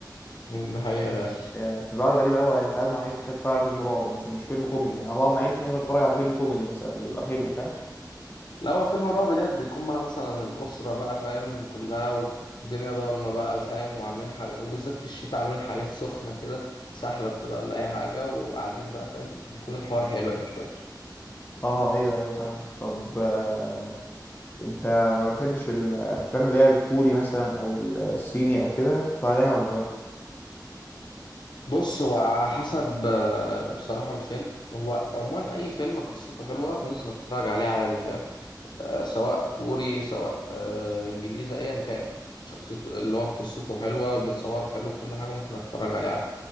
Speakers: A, on the left; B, on the left.
A: مم. ده حقيقة فعلا.
B: يعني بتبقى قاعدة غريبة قوي يعني انت قاعد مع عيلتك كده بتتفرج على فيلم رعب مثلا مش فيلم كوميدي يعني انا بقعد مع عيلتي بحب اتفرج على فيلم كوميدي مثلا بيبقى حلو فاهم
A: لا هو فيلم رعب ديت بيكون بقى مثلا الأسرة بقى فاهم كلها و- والدنيا ضلمة بقى فاهم وعاملين حاجة وبالذات في الشتاء عاملين حاجات سخنة كده سحلب كده ولا أي حاجة وقاعدين بقى فاهم بيكون الحوار حلو يعني مش وحش
B: اه ايوه ايوه فاهمك طب آه، انت ما بتحبش الافلام اللي هي الكوري مثلا او الصيني او كده بتتفرج عليها ولا لا
A: بص هو على حسب آه، بصراحة الفيلم هو عموما أي فيلم قصته حلوة ممكن أتفرج عليه عادي فاهم آه، سواء كوري سواء آه، انجليزي ايا كان شخصيته اللي هو قصته حلوه متصور حلو كل حاجه ممكن اتفرج عليه عادي